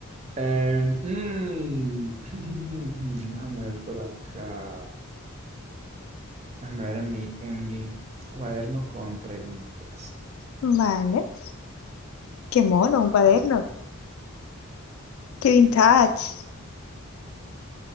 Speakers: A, on the right; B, on the left.
A: em, mm, <laughs> déjame ver por acá. Déjame ver en mi, en mi cuaderno con preguntas.
B: Vale. Qué mono, un cuaderno. Qué vintage.